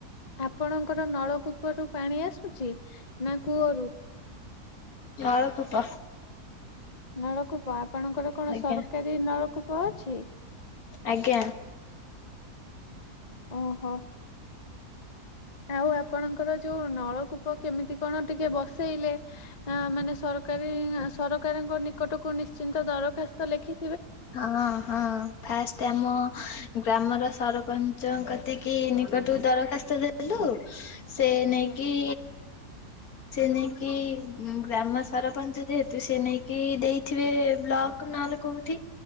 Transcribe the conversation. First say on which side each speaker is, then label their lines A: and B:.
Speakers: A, on the left; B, on the left.
A: ଆପଣଙ୍କର ନଳକୂପରୁ ପାଣି ଆସୁଛି ନା କୂଅରୁ
B: ନଳକୂ ପ <unintelligible>
A: ନଳକୂପ ଆପଣଙ୍କର କଣ
B: ଆଜ୍ଞା
A: ସରକାରି ନଳକୂ ପ ଅଛି
B: ଆଜ୍ଞା
A: ଓହୋ ଆଉ ଆପଣଙ୍କର ଯୋଉ ନଳକୂପ କେମିତି କଣ ଟିକେ ବସେଇଲେ ମାନେ ସରକାରି ସରକାରଙ୍କ ନିକଟକୁ ନିଶ୍ଚିନ୍ତ ଦରଖାସ୍ତ ଲେଖି।
B: ହଁ ହଁ ଫାଷ୍ଟ ଆମ ଗ୍ରାମର। ସରପଞ୍ଚ କତିକି ନିକଟକୁ ଦରଖାସ୍ତ ଦେଲୁ।। ସେ
A: ଆଜ୍ଞା
B: ନେଇକି। ସେ ନେଇକି ଗ୍ରାମ ସରପଞ୍ଚ ଯେହେତୁ ସେ ନେଇକି ଦେଇଥିବେ ବ୍ଲକ ନହେଲେ କୋଉଠି